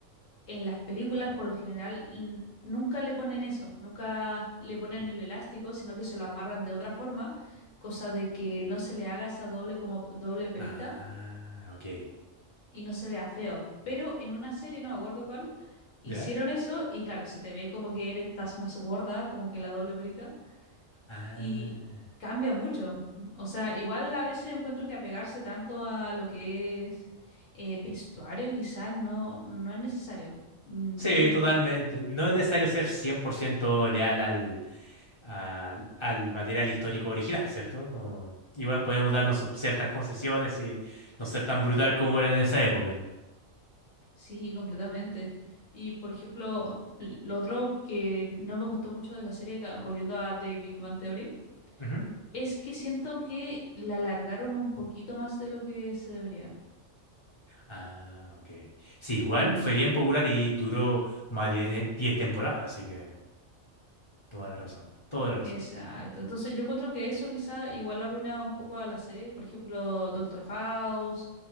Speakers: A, on the left; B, on the left.
A: en las películas, por lo general, n- nunca le ponen eso, nunca le ponen el elástico, sino que se lo amarran de otra forma, cosa de que no se le haga esa doble como doble perita
B: Ah, ok.
A: y no se vea feo. Pero en una serie, no me acuerdo cuál, hicieron
B: ¿Ya?
A: eso y claro, se te ve como que eres, estás más gorda, como que la doble perita,
B: Ah.
A: y cambia mucho. O sea, igual a veces yo encuentro que apegarse tanto a lo que es eh, vestuario quizás no, no es necesario. Mm,
B: Sí,
A: ¿Qué opinas
B: totalmente.
A: tú?
B: No es necesario ser 100% leal al, al, al material histórico original, ¿cierto? No- igual podemos darnos sub- ciertas concesiones y no ser tan brutal como eran en esa época.
A: Sí, completamente. Y por ejemplo, l- lo otro que no me gustó mucho de la serie, ca- volviendo a The Big Bang Theory,
B: Ujú.
A: es que siento que la alargaron un poquito más de lo que se debería.
B: Ah, ok. Sí, igual
A: Mm,
B: fue bien popular y duró más de 10 10 temporadas, así que toda la razón, toda la razón.
A: Exacto. Entonces yo encuentro que eso quizá igual arruina un poco a la serie. Por ejemplo, Doctor House,